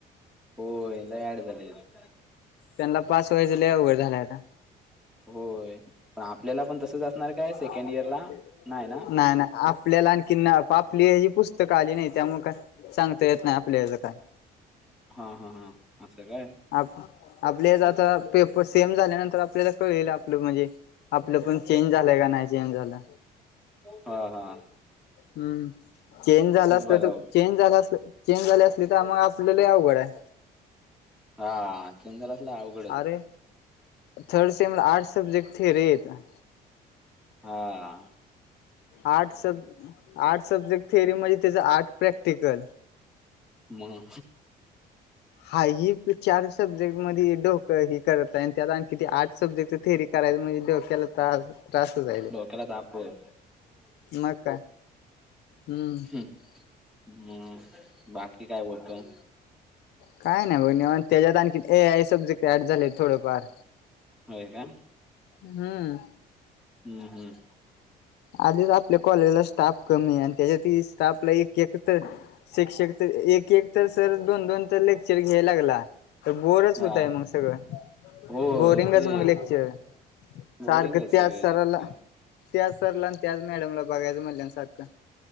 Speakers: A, in the centre; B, on the left.
A: हो लंय एंड यांडं झाले आहे.
B: त्यांनां पासं व्हायचं लंय अंव उघडं झालंय आतां
A: होय पण आपल्याला पण तसच असणार काय
B: नाहीं नाहीं <unintelligible>
A: सेकंड इयर ला नाही ना
B: त्यांल्यांला आणंखीन आपलीं ही पुस्तकं आली नाहीं त्यांमु का सांगतां येतं नाहीं आपल्याचं कायं
A: हां हां हां असं कायं
B: आप आपल्यांच आतां पेपर सेम झाल्यांनंतर आपल्यांला कळेलं आपलं म्हणजे आपलं पणं चेंज झालंय की नाहीं चेंज झालं
A: हां हां
B: हम्मं चेंज झालं असलं
A: बघा
B: तरं चेंज झालं असं चेंज झाले असली तरं मंग आम्हां आपल्यांला लंय अवघडं आहे
A: हां चंदणांतलां हां होयं
B: अरे थर्ड सेम आर्ट सब्जेंक्ट थेरीआहेतं
A: हां
B: आंर्ट सब आंर्ट सब्जेक्ट थिअरी म्हणजे त्याचं आंर्ट प्रॅक्टिकलं
A: हम्मं
B: हांय एक पिकंचारंस सब्जेक्टं मंध्ये डोकं ही करतं आणि त्यां कि आर्ट सब्जेक्टं थेरीरायं म्हजे डोक्यांला तास त्रांसंच आहे
A: डोकलां तांप आहे हो
B: मं कांयं हम्मं
A: हम्मं बाकी कायं बोलतो
B: कायं नाही बघणी त्यांच्यात आणखी ए आंय सब्जेक्टं ऍड झाले थोडेफार
A: होयं कायं
B: हम्मं
A: हम्मं हम्मं
B: आधीचं आपल्यां कॉलेजलां स्टांफ कमी आहे आणि त्यांच्यात स्टाफलां एक एक तरं शिक्षक तरं एक एक तरं सर दोन दोन तरं लेक्चर घ्यांयं लांगलां तर बोरचं
A: हा
B: होतंय मंग सगळं
A: होय
B: बोरिंगचं
A: ते
B: मंग लेक्चर आहे
A: बोरिंगच
B: सारखं त्याचं
A: सगळे
B: संरला
A: लेक्चर
B: त्यां संरला आणि त्याचं मॅडमलां बघायचं म्हल्यां सारखं